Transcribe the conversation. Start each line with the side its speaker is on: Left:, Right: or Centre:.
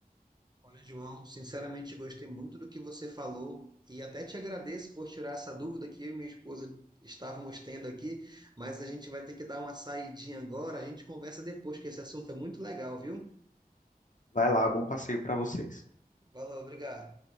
Right: Olha, João, sinceramente gostei muito do que você falou e até te agradeço por tirar essa dúvida que eu e minha esposa estávamos tendo aqui, mas a gente vai ter que dar uma saidinha agora, a gente conversa depois, que esse assunto é muito legal, viu?
Left: Vai lá, bom passeio para vocês.
Right: Valeu, obrigado.